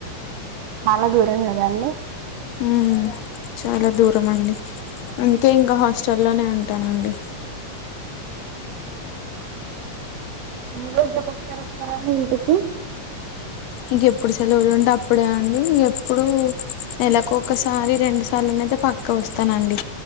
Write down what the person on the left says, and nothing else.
హు చాలా దూరం దూరం అండి అందుకే ఇంకా హాస్టల్ల్లోనే ఉంటానండి
ఇంకెప్పుడు సెలవులు ఉంటే అప్పుడే అండి ఎప్పుడు నెలకు ఒకసారి రెండు సార్లున అయితే పక్కా వస్తానండి.